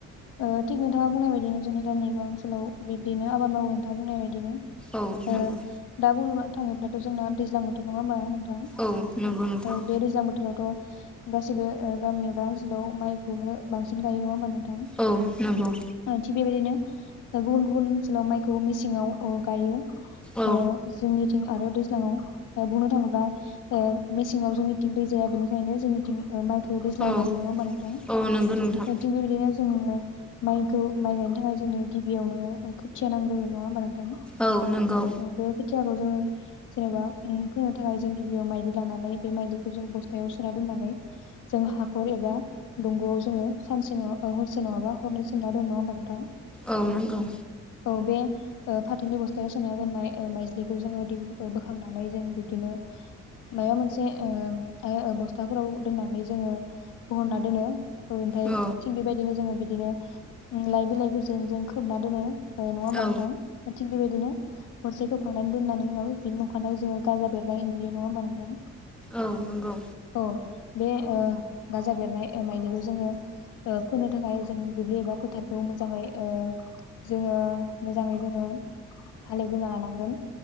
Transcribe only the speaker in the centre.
औ
नंगौ
औ नंगौ नोंथां
औ नंगौ
औ
औ
औ नंगौ नोंथां
औ नंगौ
औ नंगौ।
औ
औ
औ नंगौ